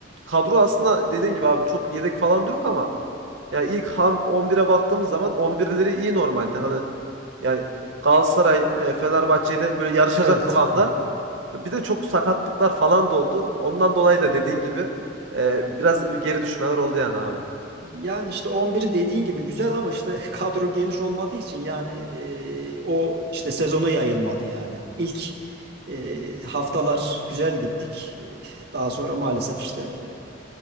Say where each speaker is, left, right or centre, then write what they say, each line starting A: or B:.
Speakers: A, on the right; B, on the right.
A: kadro aslında dediğin gibi abi çok yedek falan da yok ama yani ilk ham 11'e baktığımız zaman 11'leri iyi normalde. Hani yani Galatasaray, e, Fenerbahçe ile böyle yarışacak
B: Evet.
A: kıvamda.
B: Hı hı.
A: Bir de çok sakatlıklar falan da oldu. Ondan dolayı da dediğin gibi e, biraz geri düşmeler oldu yani abi.
B: Yani işte 11'i dediğin gibi güzel ama işte <laughs> kadro geniş olmadığı için yani e, o işte sezona yayılmadı yani. İlk e, haftalar güzel gittik. E, Daha sonra maalesef işte